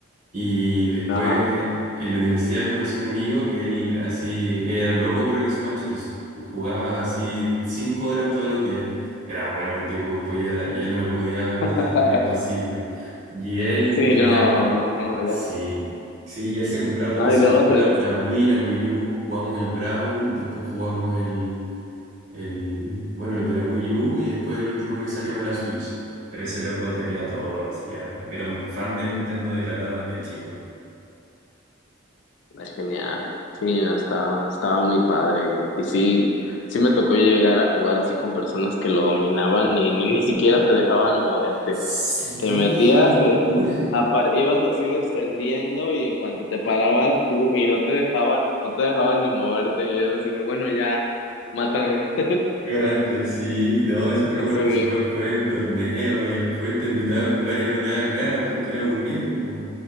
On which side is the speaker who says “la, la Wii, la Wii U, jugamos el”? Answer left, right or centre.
Right